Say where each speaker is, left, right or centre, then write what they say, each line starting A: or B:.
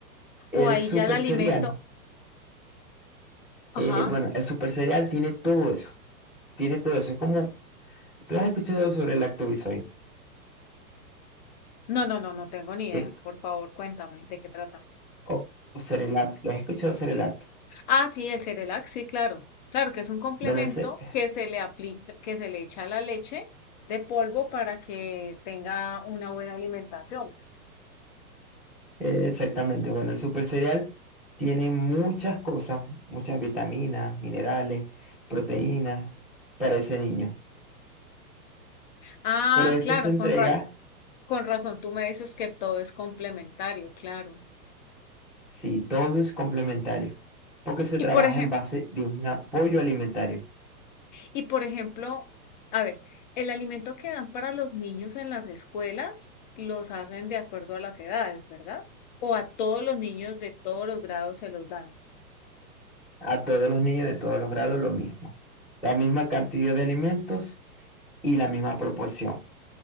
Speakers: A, on the left (about 30°); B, in the centre.
A: O
B: El
A: ahí
B: super
A: ya el alimento.
B: cereal,
A: Ajá,
B: eh, bueno, el super cereal tiene todo eso, tiene todo eso. Es como, tú has escuchado sobre el Lactobisoy,
A: No, no, no, no tengo ni idea.
B: que-
A: Por favor, cuéntame de qué trata.
B: o, o Cerelac, ¿lo has escuchado Cerelac?
A: Ah, sí, el Cerelac, sí, claro. Claro que es un complemento
B: Bueno, el, ce-
A: que se le aplica, que se le echa a la leche de polvo para que tenga una buena alimentación.
B: Eh, Exactamente, bueno, el super cereal tiene muchas cosas, muchas vitaminas, minerales, proteínas para ese niño.
A: Ah,
B: Pero esto
A: claro,
B: se entrega
A: con ra- con razón tú me dices que todo es complementario, claro.
B: si todo es complementario, porque se
A: Y
B: trabaja
A: por ejemplo,
B: en base de un apoyo alimentario
A: y por ejemplo, a ver, el alimento que dan para los niños en las escuelas los hacen de acuerdo a las edades, ¿verdad? O a todos los niños de todos los grados se los dan.
B: a todos los niños de todos los grados, lo mismo. La misma cantidad de alimentos y la misma proporción.